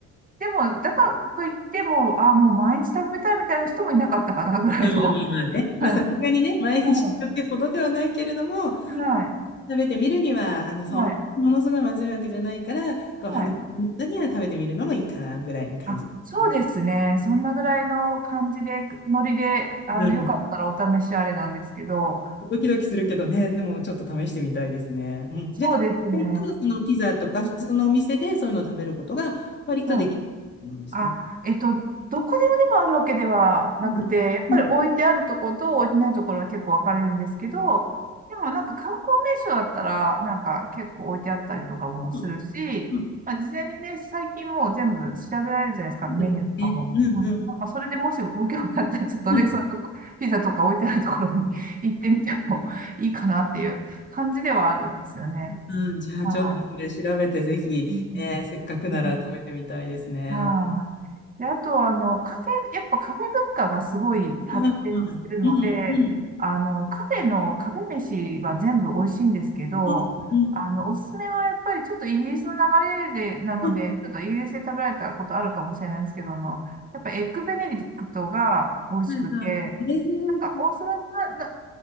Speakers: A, on the right; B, on the left.
A: でも、だからといっても、あ、もう毎日食べたいみたいな人もいなかったかな、ぐらいの。
B: まあまあまあまあね。まあ、
A: はい。
B: さすがにね、毎日ってほどではないけれども、
A: うんはい。
B: 食べてみるには、あの、そんものすごいまずいわけじゃないから、
A: はい。
B: こう、
A: はい。
B: 話の中には食べてみるのもいいかな、ぐらいの感じですね。
A: あ、そうですね。そんなぐらいの感じで、ノリで、あの、
B: うん。
A: よかったらお試しあれなんですけど、
B: ドキドキするけどね、でもちょっと試してみたいですね。うん。
A: そうですね。
B: じゃあ、割とそのピザとか普通のお店でそういうのを食べることが割とできるってことなんですかね。
A: うんはいあ、えっと、どこでもでもあるわけではなくて、
B: うん。
A: やっぱり置いてあるところと置いてないところは結構分かれるんですけど、
B: うん。
A: でもなんか観光名所だったら、なんか結構置いてあったりとかもするし、
B: うん。うん。
A: まあ、事前にね、最近もう全部調べられるじゃないですか、
B: そうですね。
A: メニューとかも。
B: うん。
A: うん。
B: うん。
A: なんかそれでもしご興味あったら、ちょっとね、
B: うん
A: そういうとこ、ピザとか置いてあるところに <laughs> 行ってみてもいいかなっていう感じではあるんですよね。
B: うん、じゃあちょっとそれ調べてぜひ、
A: はい。う
B: えーせっかくなら食べてみたいですね。
A: んはい。で、あと、あの、カフェ、やっぱカフェ文化がすごい発展してるので、
B: はいはい。うんうん。
A: あの、カフェの、カフェ飯は全部美味しいんですけど、
B: うんうん。
A: あの、おすすめはやっぱりちょっとイギリスの流れで、なので、
B: はい
A: ちょっとイギリスで食べられたことあるかもしれないですけど、あの、やっぱエッグベネディクトが美味しくて、
B: はい。えー、
A: なんか、オーストラリアな、